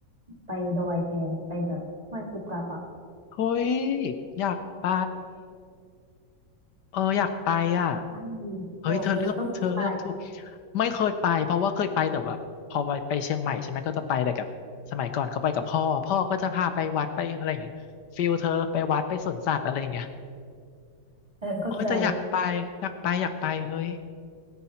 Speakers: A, on the right; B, on the left.
A: ไปดอยแทนไปแบบห้วยกุบกับอะ
B: เฮ้ยอยากไปเอออยากไปอ่ะ
A: ใช่
B: เฮ้ยเธอเลือกเธอเลือกถูก
A: บอกเลยต้องไป
B: ไม่เคยไปเพราะว่าเคยไปแต่แบบพอไปไปเชียงใหม่ใช่ไหมก็จะไปแต่กับสมัยก่อนเขาไปกับพ่อพ่อก็จะพาไปวัดไปอะไรอย่างเงี้ยฟิลเธอไปวัดไปสวนสัตว์อะไรอย่างเงี้ย
A: เออเข้าใจ
B: โอ้ยแต่อยากไปอยากไปอยากไปเฮ้ย